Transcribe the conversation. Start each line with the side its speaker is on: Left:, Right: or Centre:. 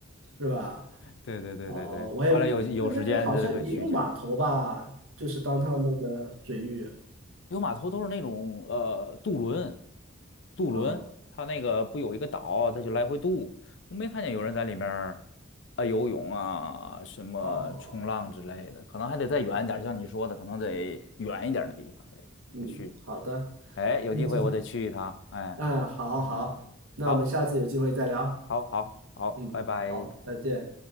Right: 是吧？
Left: 对对对对对，
Right: 哦，我也那那边好像也有码头吧，
Left: 后来有有时间这可以去一下。
Right: 就是当趟那个水域，
Left: 有码头都是那种呃渡轮，渡轮，
Right: 嗯。
Left: 它那个不有一个岛，它就来回渡。我没看见有人在里面儿啊、游泳啊，什么冲浪之类的，
Right: 哦。
Left: 可能还得再远一点儿像你说的，
Right: 嗯
Left: 可能得远一点儿的地方得得去。
Right: 嗯，好的，
Left: 哎，有机会我得去一趟。
Right: 那这，
Left: 哎，
Right: 嗯，好好，
Left: 嗯，
Right: 那我们下次有机会再聊。
Left: 好，好，好，好，
Right: 嗯，
Left: 拜拜。
Right: 好，再见。